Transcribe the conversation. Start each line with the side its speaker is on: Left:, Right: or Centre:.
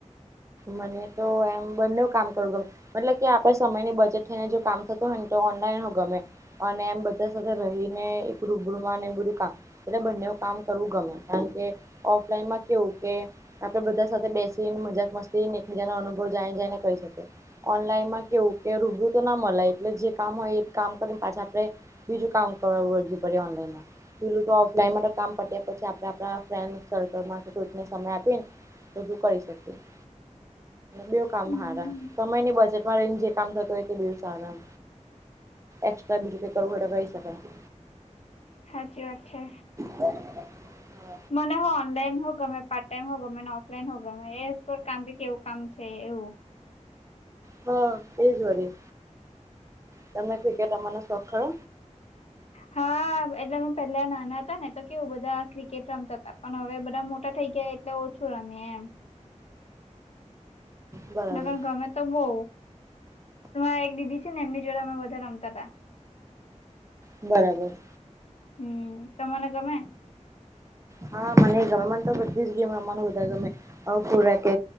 Right: મને તો એમ બંને કામ કરું ગ મતલબ કે આપડે સમયની બચત થઈને જો કામ થતું હોય ને તો ઓનલાઈન હો ગમે અને એમ બધા સાથે રહીને એક રૂબરૂ અને બધું કામ એટલે બંને કામ કરવું ગમે કારણ કે ઓફલાઈનમાં કેવું કે? આપડે બધા સાથે બેસીને મજાક મસ્તી એક બીજા ન અનુભવ જાય જાય ને કહી શકીએ. ઓનલાઈનમાં કેવું કે રૂબરું તો ના મલાય એટલે જે કામ હોય એ કામ કરીને પાછા આપડે બીજું કામ કરવા વરજી પડે ઓનલાઈનમાં પેલું તો ઓફલાઈન માટે તો કામ પત્યા પછી આપણે આપ ફ્રેન્ડ સર્કલ ગ્રુપને સમય આપી ને બધું કરી શકીએ ‌. બેઉ કામ
Left: હમ
Right: હારા સમયની બજેટમાં રઈને જે કામ થતું હોય તે બઉ સારા. એક્સ્ટ્રા બીજું કઈ કરવું એ કહી શકાય.
Left: હાચી વાત છે.
Right: <inaudible>
Left: મને હો ઓનલાઈન હો ગમે પાર્ટ ટાઈમ હો ગમે ને ઓફલાઈન હો ગમે એ પર કામ કે કેવું કામ છે એવું?
Right: હા એજ વાડી તમને ક્રિકેટ રમવાનો શોખ ખરો?
Left: હા, એટલે હ, પેલા નાના હતા ને, તો કેવું બધા ક્રિકેટ રમતા હતા, પણ હવે બધા મોટા થઈ ગયા. એટલે ઓછું રમી એમ,
Right: બરાબર.
Left: નગર ગમે તો બહુ. હું એક દીદી છે ને, એમની જોડે અમે બધા રમતા હતા.
Right: બરાબર.
Left: હમ, તો મને ગમે
Right: હા, મને ગમે, મને તો બધી જ ગેમ રમવાનું બધા ગમે કે